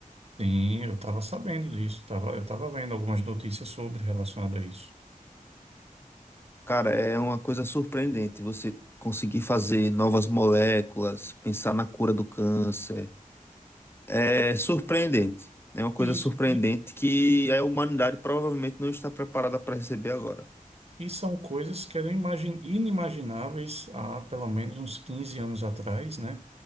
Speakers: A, on the right; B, on the left.
A: Sim, eu estava sabendo disso, tava, eu estava vendo algumas notícias sobre relacionado a isso.
B: Cara, é uma coisa surpreendente você conseguir fazer novas moléculas, pensar na cura do câncer. é surpreendente. É uma coisa
A: E
B: surpreendente
A: isso,
B: que a humanidade provavelmente não está preparada para receber agora.
A: E são coisas que eram imagi- inimagináveis há pelo menos uns 15 anos atrás, né?